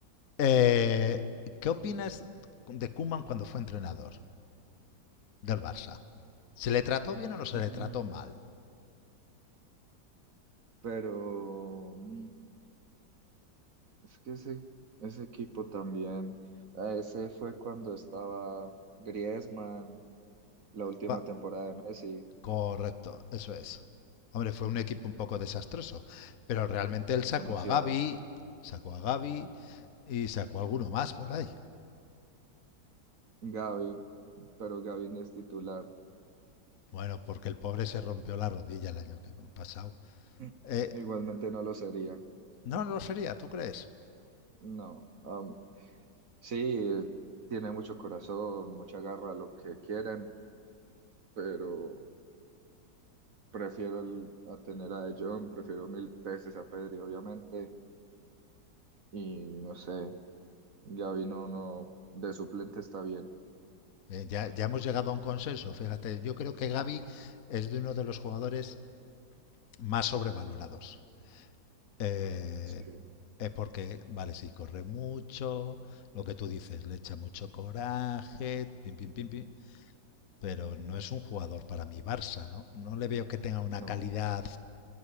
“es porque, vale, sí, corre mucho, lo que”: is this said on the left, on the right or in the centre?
Left